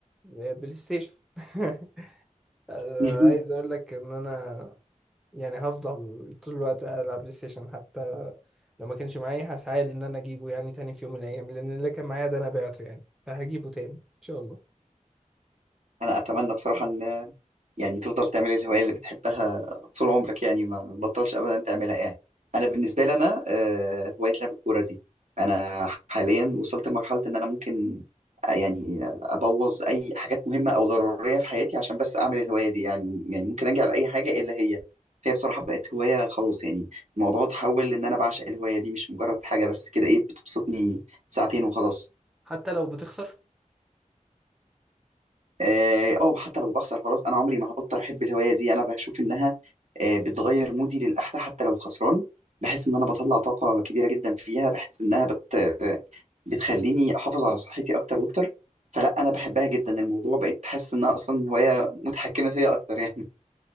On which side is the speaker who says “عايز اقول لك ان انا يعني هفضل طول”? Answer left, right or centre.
Centre